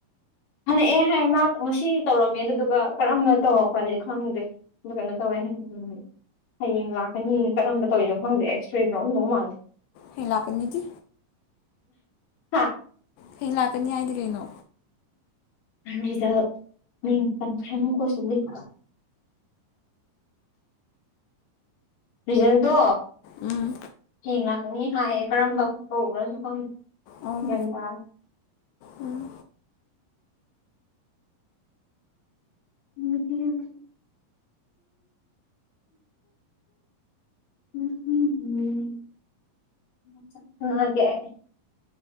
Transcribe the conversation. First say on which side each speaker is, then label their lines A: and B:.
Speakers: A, on the left (about 55°); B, on the left (about 85°).
A: ꯍꯜꯂꯛꯑꯦ ꯍꯥꯏꯌꯦ ꯃꯥꯛ ꯉꯁꯤ ꯇꯧꯔꯝꯃꯦ ꯑꯗꯨꯗꯨꯒ ꯀꯔꯝꯅ ꯇꯧꯔꯛꯄ꯭ꯔꯗꯤ ꯈꯪꯗꯦ ꯑꯗꯨ ꯀꯩꯅꯣ ꯇꯧꯋꯦ ꯎꯝ ꯍꯌꯦꯡ ꯂꯥꯛꯀꯅꯤ ꯀꯔꯝꯕ ꯇꯧꯋꯤꯅꯣ ꯈꯪꯗꯦ ꯑꯦꯛꯁꯇ꯭ꯔꯦꯗꯤ ꯂꯧꯔꯝꯗꯧ ꯃꯥꯜꯂꯤ
B: ꯍꯩ ꯂꯥꯛꯀꯅꯤꯗꯤ
A: ꯍꯥꯥ
B: ꯍꯌꯦꯡ ꯂꯥꯛꯀꯅꯤ ꯍꯥꯏꯗꯤ ꯀꯩꯅꯣ
A: ꯅꯤꯖꯜ ꯃꯤꯡ ꯄꯟꯈ꯭ꯔꯅꯨꯀꯣ ꯁꯤꯗꯗꯤ ꯔꯤꯖꯜꯗꯣ
B: ꯎꯝ
A: ꯍꯌꯦꯡ ꯂꯥꯛꯀꯅꯤ ꯍꯥꯏꯌꯦ ꯀꯔꯝꯕ ꯇꯧꯕ꯭ꯔꯖꯨ ꯈꯪꯗꯦ
B: ꯑꯣ
A: ꯒ꯭ꯌꯥꯟ ꯇꯥ
B: ꯎꯝ
A: <unintelligible> <unintelligible> ꯍꯪꯉꯛꯑꯒꯦ ꯑꯩ